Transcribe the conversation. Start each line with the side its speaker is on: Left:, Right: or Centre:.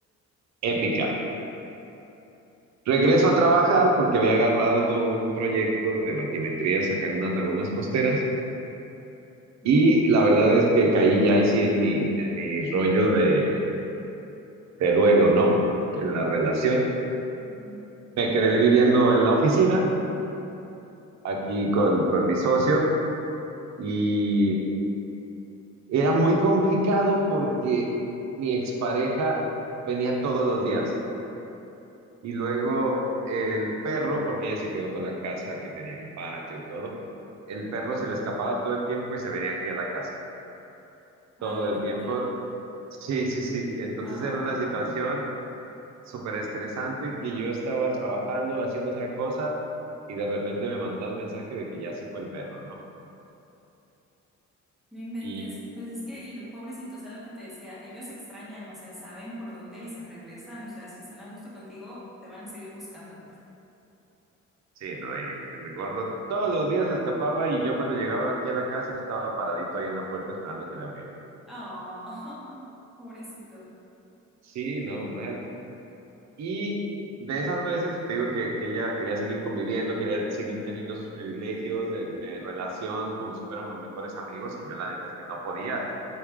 Right: épica. Regreso a trabajar porque había agarrado un proyecto de matimetrías acá en unas lagunas costeras
Centre: ujú,
Right: y la verdad es que caí ya ahí sí en mi, en mi rollo de, de duelo, ¿no? En la relación.
Centre: ujú.
Right: Me quedé viviendo en la oficina aquí con, con mi socio y era muy complicado porque mi expareja venía todos los días. Y luego el perro, porque ella se quedó con la casa que tenía el patio y todo, el perro
Centre: ujú.
Right: se le escapaba todo el tiempo y se venía aquí a la casa,
Centre: Ah,
Right: todo el
Centre: de verdad.
Right: tiempo. Sí, sí, sí. Entonces
Centre: Ah.
Right: era una situación súper estresante y que yo estaba trabajando, haciendo otra cosa y de repente me mandaba un mensaje de que ya se fue el perro, ¿no?
Centre: No inventes,
Right: Y
Centre: pues es que el pobrecito, o sea, lo que te decía, ellos extrañan, o sea, saben por dónde y se regresan, o sea, si están a gusto contigo, te van a seguir buscando.
Right: sí, no, y el, el gordo todos los días se escapaba y yo cuando llegaba aquí a la casa estaba paradito ahí en la puerta esperando que le abriera.
Centre: Oh, <laughs> pobrecito.
Right: Sí, no, mal. Y de esas veces, te digo que, que ella quería seguir conviviendo, quería seguir teniendo esos privilegios de, de relación como si fuéramos mejores amigos y yo la neta es que no podía,